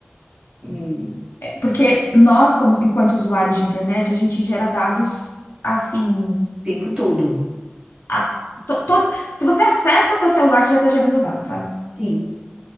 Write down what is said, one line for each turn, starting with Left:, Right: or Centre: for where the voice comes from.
Right: hum, o
Left: É, Porque nós, como enquanto usuários de internet, a gente gera dados assim.
Right: tempo todo.
Left: a- to- todo- se você acessa teu celular, você já está gerando dados, sabe?
Right: Sim,